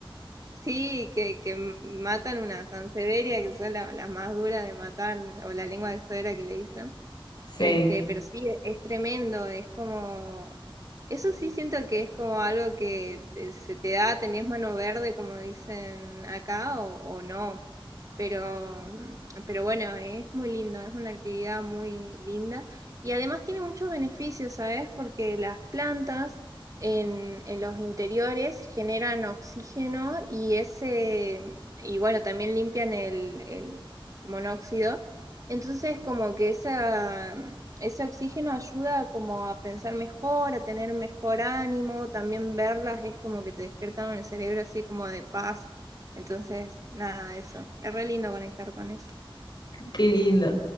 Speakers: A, on the right; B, on the left.
A: Sí, que, que matan una sansevieria, que son la- las más duras de matar, o la lengua de suegra que le dicen.
B: Sí,
A: Este, pero sí, es, es tremendo, es como, eso sí siento que es como algo que te- se te da, tenés mano verde, como dicen acá, o, o no. Pero, mm, pero bueno, es muy lindo, es una actividad muy linda y además tiene muchos beneficios, ¿sabes? Porque las plantas en, en los interiores generan oxígeno y ese, y bueno, también limpian el, el monóxido. Entonces, como que esa, mm, ese oxígeno ayuda como a pensar mejor, a tener mejor ánimo, también verlas es como que te despiertan el cerebro así como de paz entonces, nada, eso. Es re lindo conectar con eso.
B: qué lindo.